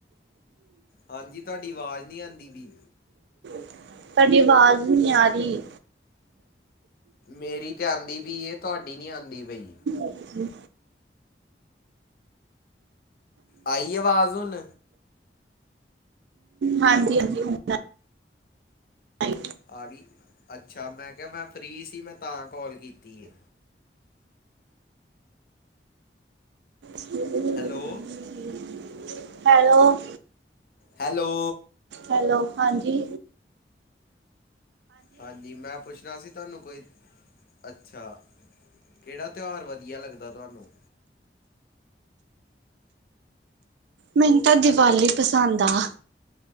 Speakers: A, on the left (about 55°); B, on the right (about 75°).
A: ਹਾਂਜੀ ਤੁਹਾਡੀ ਆਵਾਜ਼ ਨਹੀਂ ਆਉਂਦੀ ਪੀ।
B: ਤੁਹਾਡੀ ਆਵਾਜ਼ ਨੀ ਆ ਰਹੀ।
A: ਮੇਰੀ ਤੇ ਆਂਦੀ ਪੀ ਏ ਤੁਹਾਡੀ ਨੀ ਆਂਦੀ ਪਈ।
B: ਹ।
A: ਆਈ ਆਵਾਜ਼ ਹੁਣ।
B: ਹਾਂਜੀ। <unintelligible> ਆਈ
A: ਆਗੀ। ਅੱਛਾ ਮੈਂ ਕਿਹਾ ਮੈਂ ਫਰੀ ਸੀ ਮੈਂ ਤਾਂ ਕੋਲ ਕੀਤੀ।
B: <unintelligible>
A: Hello
B: hello.
A: ਹੈਲੋ।
B: ਹੈਲੋ ਹਾਂਜੀ।
A: ਹਾਂਜੀ। ਮੈਂ ਪੁੱਛਣਾ ਸੀ ਤੁਹਾਨੂੰ ਕੋਈ ਅੱਛਾ ਕਿਹੜਾ ਤਿਉਹਾਰ ਵਧੀਆ ਲੱਗਦਾ ਤੁਹਾਨੂੰ
B: ਮੈਨੂੰ ਤਾਂ ਦਿਵਾਲੀ
A: ਹੈਲੋ
B: ਪਸੰਦ ਆ।